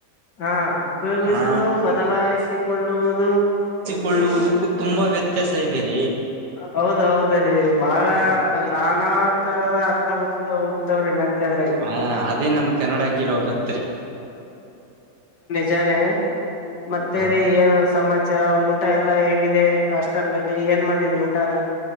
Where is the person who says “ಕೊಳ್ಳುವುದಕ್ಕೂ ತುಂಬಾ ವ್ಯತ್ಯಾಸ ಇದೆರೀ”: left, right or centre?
Right